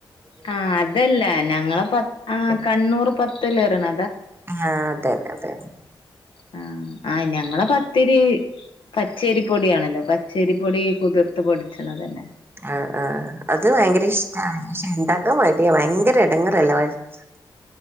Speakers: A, on the left; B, on the right.
A: ആ അതല്ല ഞങ്ങള പ ആ കണ്ണൂർ പത്തല് പറീണ
B: ആ അതെന്നെ അതെന്നെ
A: ആ ആ ഞങ്ങളെ പത്തിരി പച്ചരിപ്പൊടിയാണല്ലോ പ ചെരിപ്പൊടി കുതിർത്ത് പൊടിച്ചണതന്നെ
B: ആ ആ അത് വയങ്കര ഇഷ്ടാണ് പക്ഷെ ഇണ്ടാക്കാൻ മടിയ വയ ഭയങ്കര എടങ്ങറല്ലേ <unintelligible>